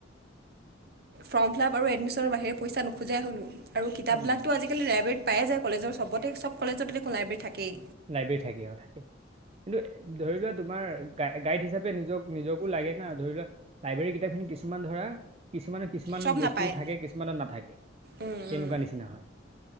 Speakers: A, on the right; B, on the right.
A: ফ্ৰম ফিলআপ আৰু এডমিছনৰ বাহিৰে পইচা নোখোজাই হ'লোঁ আৰু কিতাপবিলাকতো
B: উম
A: আজিকালি লাইব্ৰেৰীত পায়ে যায় কলেজৰ চবতে চব কলেজতে লাইব্ৰেৰী থাকেই।
B: লাইব্ৰেৰী থাকে অ' থাকে। কিন্তু ধৰি লোৱা তোমাৰ গা গাইড হিচাপে নিজক - নিজকো লাগে না ধৰি লোৱা লাইব্ৰেৰী কিতাপ খিনি কিছুমান ধৰা কিছুমানৰ কিছুমান
A: চব
B: বস্তু
A: নাপায়
B: থাকে কিছুমানত নাথাকে তেনেকুৱা
A: উম, উম।
B: নিচিনা হয়।